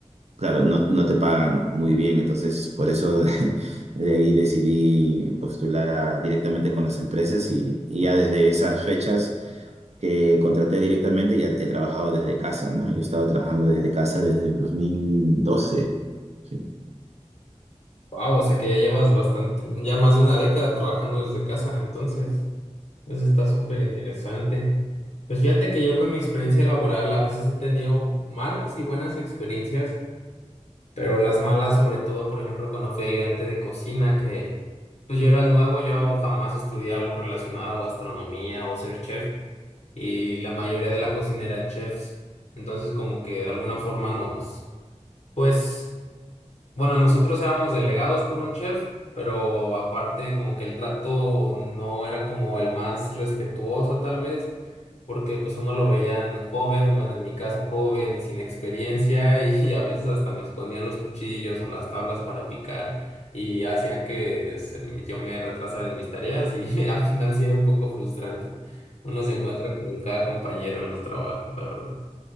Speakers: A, on the right (about 65°); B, on the left (about 75°).
A: claro, no, no te pagan muy bien, entonces por eso <laughs> de, ahí decidí postular a- directamente con las empresas y, y ya desde esas fechas que contraté directamente ya he trabajado desde casa, ¿no? Yo he estado trabajando desde casa desde el dos mil doce. sí.
B: Wow, o sea que ya llevas bastante, ya más de una década trabajando desde casa, entonces, eso está súper interesante. Pues fíjate que yo con mi experiencia laboral a veces he tenido malas y buenas experiencias, pero las malas sobre todo, por ejemplo, cuando fui ayudante de cocina, que pues yo era el nuevo, yo jamás estudié algo relacionado a gastronomía o ser chef, y la mayoría de la cocina eran chefs, entonces como que de alguna forma nos, pues bueno, nosotros éramos delegados por un chef, pero aparte como que el trato no era como el más respetuoso tal vez, porque pues uno lo veían joven, bueno, en mi caso joven y sin experiencia <laughs> y, a veces hasta me escondían los cuchillos o las tablas para picar y hacían que se- yo me retrasara en mis tareas y <laughs> al final sí era un poco frustrante. Uno se encuentra con cada compañero en los trabajos, la verdad.